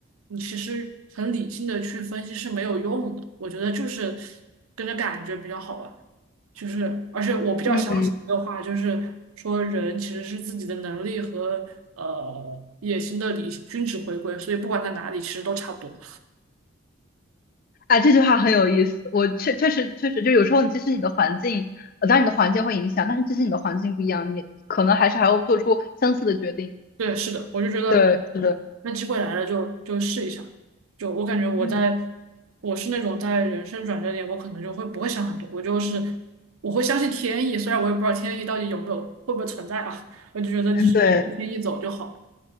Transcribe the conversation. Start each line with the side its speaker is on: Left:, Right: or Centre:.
Right: 你其实很理性的去分析是没有用的。我觉得就是跟着感觉比较好吧。就是，而且我比较相信的话，
Left: 嗯，
Right: 就是说人其实是自己的能力和呃野心的理均值回归，所以不管在哪里，其实都差不多。
Left: 啊，这句话很有意思。我确确实确实，就有时候你其实你的环境，呃，当然你的环境会影响，但是即使你的环境不一样，你可能还是还要做出相似的决定。
Right: 对，是的，我就觉得
Left: 对，是的，
Right: 那机会来了就就试一下。就我感觉我在
Left: 嗯
Right: 我是那种在人生转折点，我可能就会不会想很多，我就是我会相信天意，虽然我也不知道天意到底有没有会不会存在啊，我就觉得就是跟着天意走就好了。
Left: 嗯，对